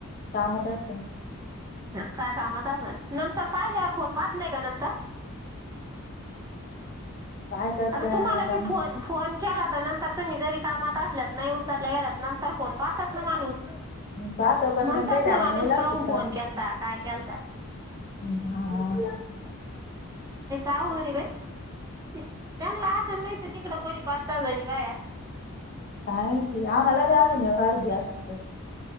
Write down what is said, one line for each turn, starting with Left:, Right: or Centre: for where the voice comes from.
Left: कामात असन.
Right: ह काय कामात असन नंतर पाहिल्यावर फोण पाहत नाही का नंतर? <inaudible>
Left: काय करत्यात
Right: आता तुम्हाला बी
Left: आमची
Right: फोन फोन केला तर नंतर तुम्ही जरी कामात असल्यात नाही उतरल्या गेलात नंतर फोन पाहताच ना माणूस.
Left: पाहत पण
Right: म्हणताच
Left: मग काही टायमाला
Right: ना माणूस
Left: नाही लक्षात
Right: पाहून फोन केलता काय केलता?
Left: हम्म हा.
Right: आऊगडी बाई. त्यांला आं नाहीत तिकडं कोणी पाच सहा जणी पाया.
Left: काय माहिती आमाला द्या अजून या का अर्दी असली तर?